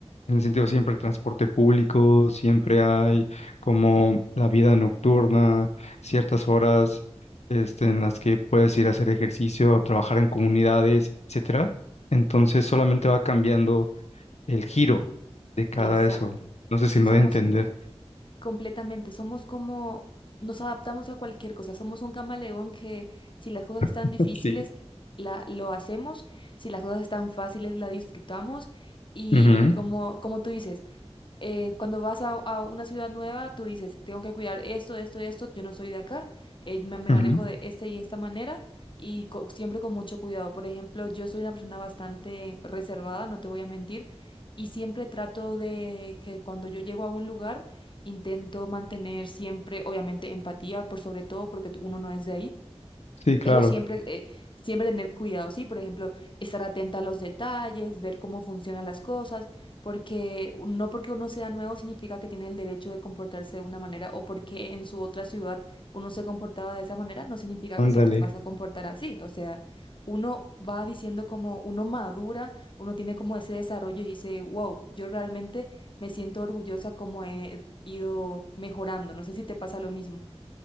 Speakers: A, on the left; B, on the left.
A: en el sentido siempre hay transporte público, siempre hay
B: sí,
A: como la vida nocturna, ciertas horas este, en las que puedes ir a hacer ejercicio, o trabajar en comunidades, etcétera. Entonces solamente va cambiando el giro de cada
B: exacto.
A: eso. No sé si
B: Somos
A: me voy a entender.
B: completamente, somos como, nos adaptamos a cualquier cosa, somos un camaleón que si las cosas están
A: <laughs>
B: difíciles,
A: Sí.
B: la, lo hacemos, si las cosas están fáciles, la disfrutamos y
A: Ujú,
B: como, como tú dices, eh, cuando vas a, a una ciudad nueva, tú dices, tengo que cuidar esto, esto, esto, yo no soy de acá, eh, me, me
A: ujú.
B: manejo de esta y esta manera y co- siempre con mucho cuidado. Por ejemplo, yo soy una persona bastante reservada, no te voy a mentir, y siempre trato de que cuando yo llego a un lugar, intento mantener siempre, obviamente, empatía, por sobre todo porque tú- uno no es de ahí
A: Sí, claro,
B: pero siempre, eh, siempre tener cuidado, ¿sí? Por ejemplo, estar atenta a los detalles, ver cómo funcionan las cosas, porque u- no porque uno sea nuevo significa que tiene el derecho de comportarse de una manera o porque en su otra ciudad uno se comportaba de esa manera, no significa
A: ándale.
B: que tú te vas a comportar así. O sea, uno va diciendo como uno madura, uno tiene como ese desarrollo y dice, wow, yo realmente me siento orgullosa como he ido mejorando. No sé si te pasa lo mismo.